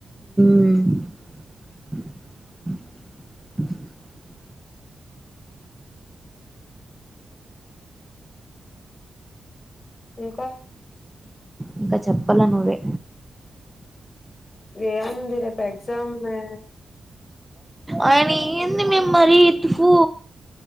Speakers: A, in the centre; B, on the left.
A: హ్మ్
B: ఇంకా
A: ఇంకా చెప్పాల నువ్వే
B: ఏముంది రేపు ఎక్సామ్మె
A: ఆయన ఏంది మేము మరి తూపు